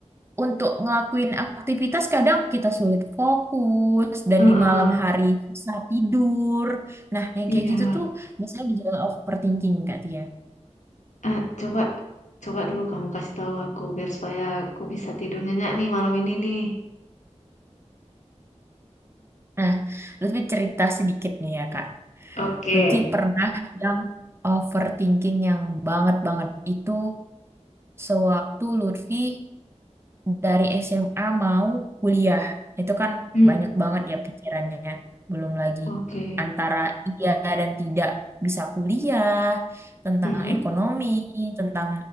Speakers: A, on the right (about 20°); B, on the left (about 85°).
A: untuk ngelakuin aktivitas kadang kita sulit fokus dan
B: ah,
A: di malam
B: ah.
A: hari susah tidur. Nah, yang
B: Iya.
A: kayak gitu tuh biasanya gejala overthinking Kak Tia.
B: Ah, coba, coba dulu kamu kasih tahu aku biar supaya aku bisa tidur nyenyak nih malam ini nih.
A: Nah, Lutfi cerita sedikit nih ya Kak.
B: Oke.
A: Lutfi pernah yang overthinking yang banget-banget itu sewaktu Lutfi dari SMA mau kuliah itu kan
B: Hmm.
A: banyak banget ya pikirannya belum lagi
B: Oke.
A: antara iya dan tidak bisa kuliah tentang
B: Mm-mm.
A: ekonomi tentang